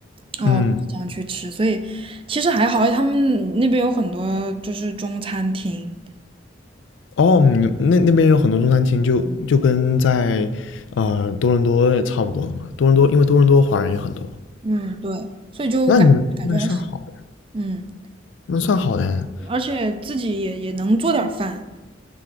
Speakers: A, on the right; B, on the left.
A: 哦，
B: 嗯。
A: 想去吃。所以其实还好，他们那边有很多就是中餐厅，
B: 哦，你那那边有很多中餐厅就，就跟在呃多伦多差不多的嘛。多伦多因为多伦多华人也很多，
A: 嗯，对，所以就感感觉还行，
B: 那你那算好的，
A: 嗯，
B: 那算好的。
A: 而且自己也也能做点儿饭，